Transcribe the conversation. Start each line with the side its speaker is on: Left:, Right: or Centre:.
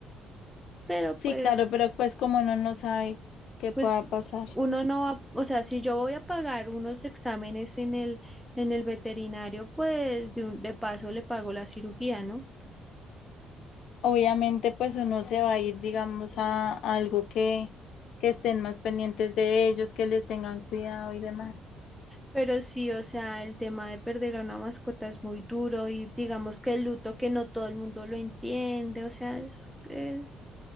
Centre: pero
Left: Sí,
Centre: pues,
Left: claro, pero pues como uno no sabe qué pueda
Centre: pues
Left: pasar.
Centre: uno no va, o sea, si yo voy a pagar unos exámenes en el, en el veterinario, pues de, un- de paso le pago la cirugía, ¿no?
Left: Obviamente, pues uno se va a ir, digamos, a, a algo que, que estén más pendientes de ellos, que les tengan cuidado y demás.
Centre: Pero sí, o sea, el tema de perder a una mascota es muy duro y digamos que el luto que no todo el mundo lo entiende, o sea, es, es-